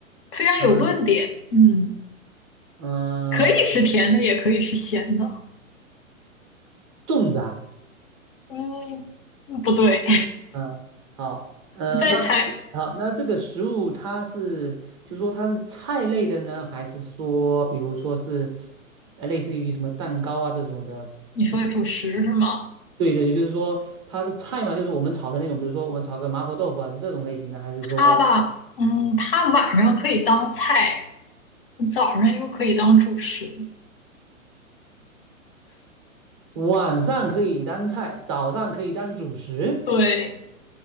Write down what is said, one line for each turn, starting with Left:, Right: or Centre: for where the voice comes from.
Left: 非常有论点。
Right: 嗯
Left: 嗯，
Right: 嗯，
Left: 可以是甜的，也可以是咸的。
Right: 粽子啊，
Left: 嗯，不对，
Right: 嗯，好，
Left: <laughs>
Right: 呃，
Left: 你再猜，
Right: 那好，那这个食物它是，就说它是菜类的呢，还是说，比如说是，呃，类似于什么蛋糕啊这种的？
Left: 你说主食是吗？
Right: 就是对对，就是说它是菜嘛，就是我们炒的那种，比如说我们炒个麻婆豆腐啊，是这种类型的，还是说？
Left: 它吧，嗯，它晚上可以当菜，早上又可以当主食。
Right: 晚上可以当菜，早上可以当主食，
Left: 对，